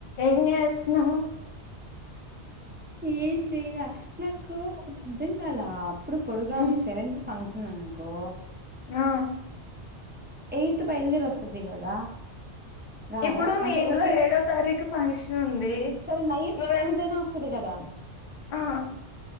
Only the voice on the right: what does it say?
ఏం చెయ్ లా నాకు ఒకటర్ధం గాలా ఇప్పుడు పొడుగామి
సెవెన్త్ ఫంక్షన్ అనుకో
ఎయిత్ బయల్దేర్ వస్సది గద రాదా
అంటే
ఓకే
సరే నైన్త్
టెన్త్ అయినా వస్తుది గదా